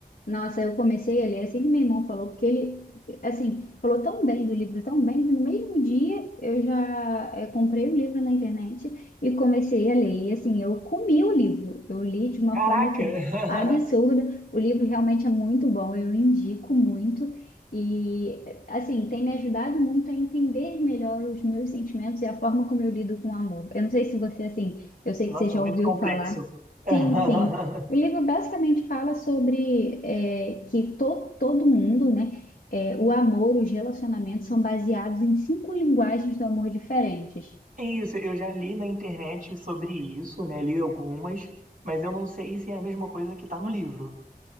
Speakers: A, on the left; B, on the right.
A: Nossa, eu comecei a ler é assim que meu irmão falou, porque ele, assim, falou tão bem do livro, tão bem, que no mesmo dia eu já eh, comprei o livro na internet e comecei a ler. E assim, eu comi o livro, eu li de uma
B: Caraca!
A: forma assim,
B: <laughs>
A: absurda. O livro realmente é muito bom, eu indico muito. E assim, tem me ajudado muito a entender melhor os meus sentimentos e a forma como eu lido com o amor. Eu não sei se você, assim, eu sei
B: Nossa,
A: que você já
B: muito
A: ouviu
B: complexo.
A: falar.
B: <laughs>
A: Sim, sim. O livro basicamente fala sobre é, que to, todo mundo, né, é, o amor, os relacionamentos são baseados em cinco linguagens do amor diferentes.
B: Isso, eu já li na internet sobre isso, né? Li algumas, mas eu não sei se é a mesma coisa que tá no livro.